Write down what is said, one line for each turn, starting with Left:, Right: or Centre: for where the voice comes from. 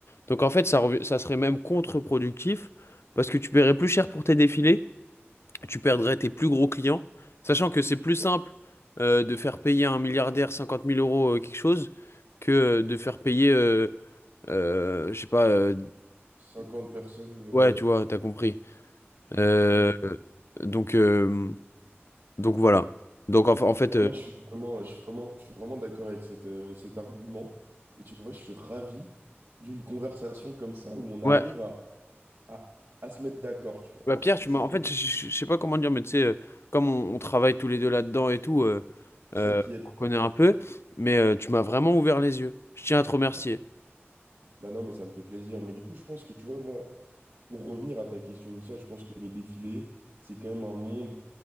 Left: Donc en fait ça, rev- ça serait même contre-productif parce que tu paierais plus cher pour tes défilés, tu perdrais tes plus gros clients, sachant que c'est plus simple euh, de faire payer un milliardaire 50 000 euros euh, quelque chose que euh, de faire payer, euh, euh, je sais pas, euh,
Right: 50 personnes, 1000 euros.
Left: ouais tu vois, t'as compris. Euh,
Right: Mm.
Left: donc, euh, donc voilà. Donc en, fa- en fait,
Right: Ah,
Left: euh,
Right: Moi, je suis vraiment, je suis vraiment, je suis vraiment d'accord avec cette, euh, cet argument. Et tu vois, je suis ravi d'une conversation comme ça où on arrive
Left: ouais, Ouais.
Right: à, à, à se mettre d'accord, tu vois.
Left: bah, Pierre,
Right: Et
Left: tu
Right: c'est
Left: m'as. En fait,
Right: beau.
Left: je je- je sais pas comment dire, mais tu sais, euh, comme on, on travaille tous les deux là-dedans et tout, euh,
Right: C'est
Left: euh,
Right: ça qui aide,
Left: on
Right: je
Left: connaît
Right: pense.
Left: un peu, mais euh, tu m'as vraiment ouvert les yeux. Je tiens à te remercier.
Right: Bah non, mais ça me fait plaisir. Mais du coup, je pense que, tu vois, moi, pour revenir à ta question initiale, je pense que les défilés, c'est quand même un monde